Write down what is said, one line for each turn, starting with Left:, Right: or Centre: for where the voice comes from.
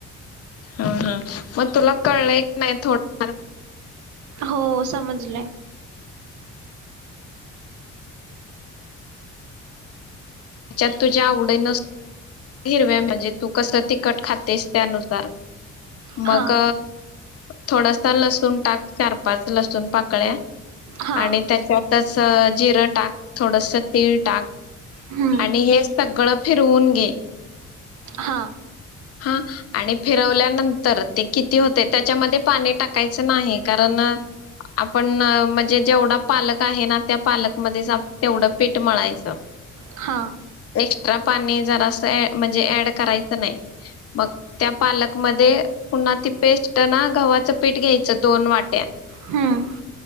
Left: <inaudible> हा हा मग तुला कळल नाही थोड आला
Right: हो समजलंय.
Left: तुझ्य तुझ्या आवडीन. नसती हिरव्या म्हणजे तू कसं तिकट खातेस त्यानुसार.
Right: हा
Left: मग थोडासा लसूण टाक चार, पाच लसूण पाकळ्या.
Right: हा
Left: आणि त्याच्या तस जिरं टाक, थोडस तीळ टाक,
Right: हम्म
Left: आणि हे सगळं फिरवून घे.
Right: हां.
Left: हा आणि फिरवल्यानंतर ते किती होते. त्याच्यामध्ये पाणी टाकायचं नाही, कारण आपण म्हणजे जेवढा पालक आहे. ना त्या पालकमध्येच तेवढं पीठ मळायचं
Right: हा
Left: एक्स्ट्रा पाणी जरा असं ऍ म्हणजे ऍड करायचं नाही, मग त्या पालक मध्ये पुन्हा ती पेस्ट ना गव्हाचं पीठ घ्यायचं. दोन वाट्या
Right: हम्म